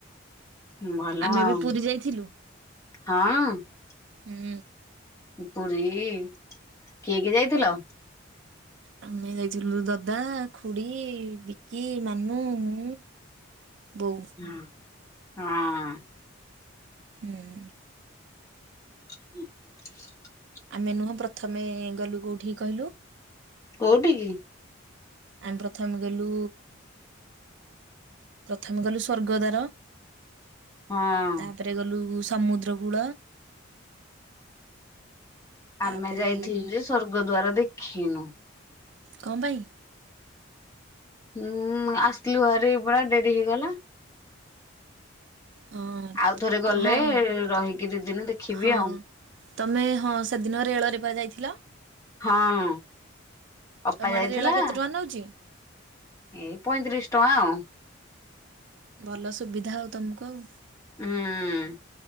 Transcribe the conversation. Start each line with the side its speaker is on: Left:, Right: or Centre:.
Left: ଭଲ
Right: ଆମେ
Left: ଆଉ
Right: ଏବେ ପୁରୀ ଯାଇଥିଲୁ
Left: ହଁ
Right: ହୁଁ।
Left: ପୁରୀ କିଏ କିଏ ଯାଇଥିଲ?
Right: ଆମେ ଯାଇଥିଲୁ ଦାଦା, ଖୁଡି, ବିକି, ମାନୁ ମୁଁ ବୋଉ।
Left: ହଁ ହଁ
Right: ହୁଁ
Left: <unintelligible>
Right: ଆମେ ନୁହଁ ପ୍ରଥମେ ଗଲୁ କୋଉଠିକି କହିଲୁ
Left: କୋଉଟିକି?
Right: ଆମେ ପ୍ରଥମେ ଗଲୁ ପ୍ରଥମେ ଗଲୁ ସ୍ଵର୍ଗଦାର।
Left: ହଁ
Right: ତାପରେ ଗଲୁ ସମୁଦ୍ର କୂଳ ତାପରେ
Left: ଆମେ ଯାଇଥିଲୁ ଯେ ସ୍ବର୍ଗଦ୍ଵାର ଦେଖିନୁ।
Right: କଣ ପାଇଁ?
Left: ଉୁଁ ଆସିଲୁ ଭାରି ପରା ଡେରି ହେଇଗଲା।
Right: ହଁ
Left: ଆଉଥରେ ଗଲେ
Right: ହଁ
Left: ରହିକି ଦି ଦିନ ଦେଖିବି
Right: ହଁ
Left: ଆଉ।
Right: ତମେ ହଁ ସେଦିନ ରେଳରେ ପା ଯାଇଥିଲ।
Left: ହଁ ଅପା
Right: ତମ ଆଡେ
Left: ଯାଇଥିଲା।
Right: ରେଳ କେତେ ଟଙ୍କା ନଉଛି
Left: ଏଇ ପଇଁତିରିଶ ଟଙ୍କା ଆଉ।
Right: ଭଲ ସୁବିଧା ଆଉ ତୁମୁକୁ ଆଉ।
Left: ଉଁ